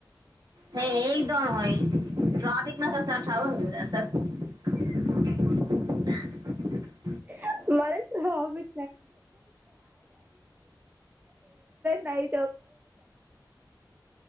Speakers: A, on the right; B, on the right.
A: ह एकदम आहे ट्राफिक ना <unintelligible>
B: <unintelligible> एरोप्लेन नाही